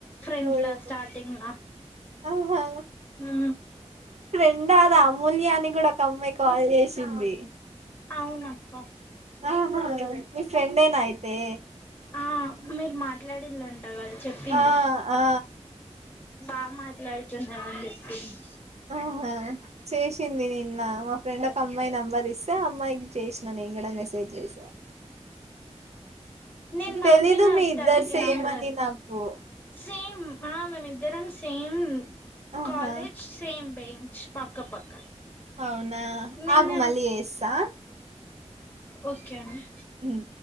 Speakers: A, on the left; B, on the right.
A: ఫ్రెంట్ల
B: అయ్యో
A: స్టార్టింగ్ల
B: ఆహా
A: ఉ
B: ఇందద అమూల్యా అని కూడా ఒక అమ్మాయి కాల్ చేసింది
A: అవును అక్క
B: హ హ మీ ఫ్రెండెనా అయితే
A: ఆ మీరు మాట్లాడిళం ట గద చెప్పింది
B: ఆ ఆ ఆ
A: బాగా మాట్లాడుతున్నావని చెపింది
B: ఆహా చేసింది నిన్న మా ఫ్రెండ్ ఒక అమ్మాయి నెంబర్ ఇస్తే అమ్మాయికి చేసిన నేను కూడా మెసేజ్ చేసా
A: నేను పంపిన
B: తెలీదు మీ ఇద్దరు
A: తనకి
B: సేమ్
A: నంబర్
B: అని నాకు
A: సేమ్ ఆహా మేమ్ ఇద్దరం సేమ్
B: ఆహా
A: కాలేజ్ సేమ్ బే చ్ పక్క పక్క
B: అవునా
A: నిన్న
B: ఆగు మల్లి చెస్సా
A: ఓకే అండి
B: ఉమ్